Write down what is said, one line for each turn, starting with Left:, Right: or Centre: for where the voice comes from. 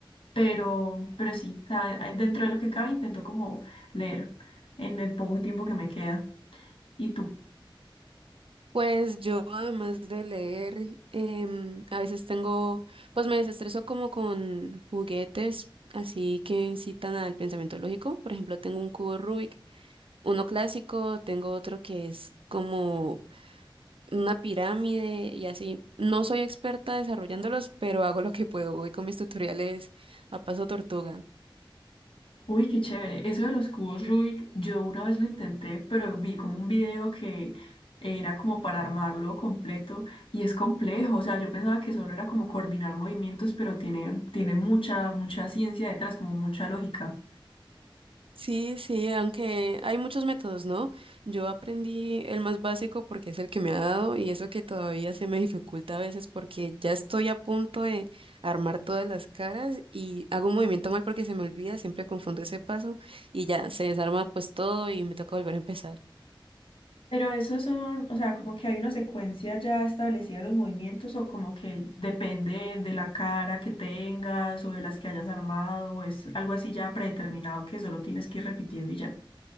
Left: Pero, pero sí, o sea, dentro de lo que cabe intento como leer en el poco tiempo que me queda. ¿Y tú?
Right: Pues yo además de leer, em, a veces tengo, pues me desestreso como con juguetes, así que incitan al pensamiento lógico. Por ejemplo, tengo un cubo Rubik uno clásico, tengo otro que es como una pirámide y así. No soy experta desarrollándolos, pero hago lo que puedo. Voy con mis tutoriales a paso tortuga.
Left: Uy, qué chévere. Eso de los cubos Rubik, yo una vez lo intenté, pero vi como un video que era como para armarlo completo y es complejo. O sea, yo pensaba que solo era como coordinar movimientos, pero tiene, tiene mucha, mucha ciencia detrás, como mucha lógica.
Right: Sí, sí, aunque hay muchos métodos, ¿no? Yo aprendí el más básico porque es el que me ha dado y eso que todavía se me dificulta a veces porque ya estoy a punto de armar todas las caras y hago un movimiento mal porque se me olvida, siempre confundo ese paso y ya se desarma pues todo y me toca volver a empezar.
Left: Pero esos son, o sea, como que hay una secuencia ya establecida de los movimientos o como que depende de la cara que tengas o de las que hayas armado o es algo así ya predeterminado que solo tienes que ir repitiendo y ya.